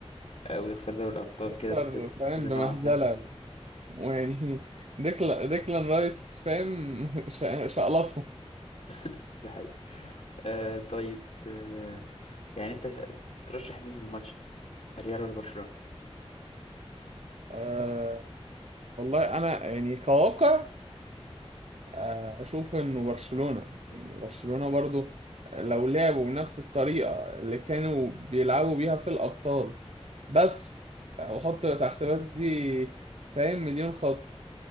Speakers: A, on the left; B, on the right.
A: آه، ويخسر دوري الابطال
B: يخسر
A: كده ب- بسهوله
B: فاهم بمهزلة
A: نوعا ما
B: ويعني ديكلا ديكلان رايس فاهم <laughs> شق- شقلطهم
A: <laughs> ده حقيقي آه طيب آه يعني انت ترشح مين للماتش ريال ولا برشلونه
B: أه والله انا يعني كواقع آه، اشوف انه برشلونة يعني برشلونة برضو لو لعبوا بنفس الطريقة اللي كانوا بيلعبوا بيها في الابطال بس وحط تحت بس دي فاهم مليون خط